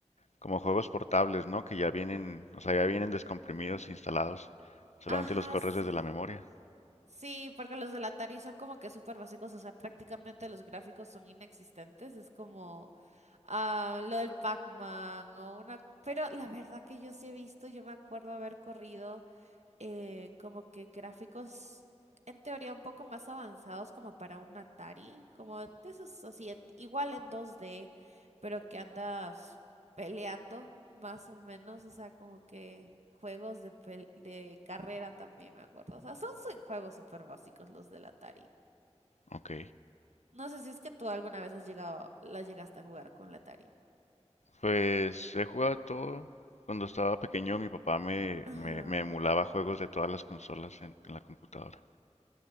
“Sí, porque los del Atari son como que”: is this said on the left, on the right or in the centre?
Right